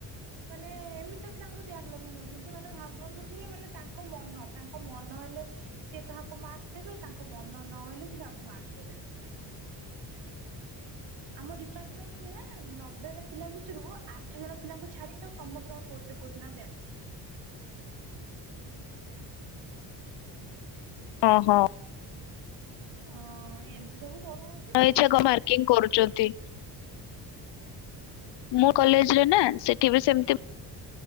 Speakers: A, on the right; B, on the left.
A: ମାନେ ଏମିତି ବି ତାଙ୍କର ବ୍ୟାଗ ଲଗଉ ଦେଉଛନ୍ତି ମାନେ ଭାବନ୍ତୁ କି ମାନେ ତା ତାଙ୍କ ମନ ତାଙ୍କ ମନ ହେଲେ ସିଏ କାହାକୁ ମାର୍କ ଦେବେ ତାଙ୍କ ମନ ନହେଲେ ସିଏ କାହାକୁ ମାର୍କ ଦେବେ ଆମ ଡିପାର୍ଟମେଣ୍ଟ ରେ ନବେ ପିଲା ଭିତରୁ ଆଠ ଜଣ ପିଲାଙ୍କୁ ଛାଡିକି ଆଉ ସମସ୍ତଙ୍କ କୋଉଥିରେ କୋଉଥିଲେ ନା ବ୍ୟାଗ। <unintelligible> ହ
B: ହଁ ହଁ।
A: ହଁ ଏମିତି ସବୁ କରୁଛନ୍ତି
B: ମନଇଚ୍ଛା କଣ ପାର୍କିଂ କରୁଛନ୍ତି। ମୋ କଲେଜରେ ନା ସେଠି ବି ସେମିତି